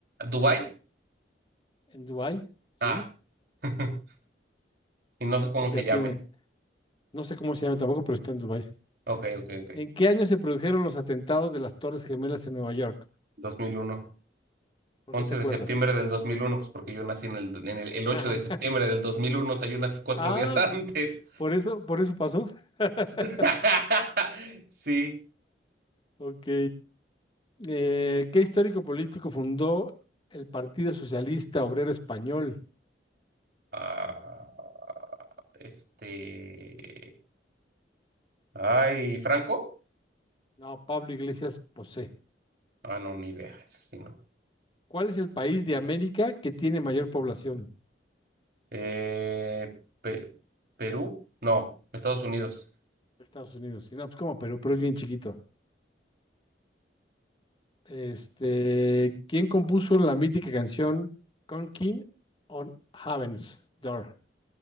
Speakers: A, on the right; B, on the left.
A: Dubai.
B: En Dubái, sí,
A: Ah, <laughs> y no sé
B: sí,
A: cómo
B: ya
A: se
B: tiene.
A: llame.
B: No sé cómo se llama tampoco, pero está en Dubái.
A: Ok, ok, ok.
B: ¿En qué año se produjeron los atentados de las Torres Gemelas en Nueva York?
A: dos mil uno
B: ¿Por
A: once
B: qué te acuerdas?
A: de septiembre del dos mil uno pues porque yo nací en el, en el, el 8
B: <laughs>
A: de septiembre del 2001, o sea, yo nací cuatro
B: Ah,
A: días antes.
B: por eso, por eso pasó. <laughs>
A: <laughs> Sí,
B: Ok. Eh, ¿qué histórico político fundó el Partido Socialista Obrero Español?
A: Ah, este. Ay, ¿Franco?
B: No, Pablo Iglesias Posé.
A: Ah, no, ni idea. Ese sí no.
B: ¿Cuál es el país de América que tiene mayor población?
A: Eh, Pe- ¿Perú? No, Estados Unidos.
B: Estados Unidos. Y no, pues como Perú, pero es bien chiquito. Este, ¿quién compuso la mítica canción Conking on Heaven's Door?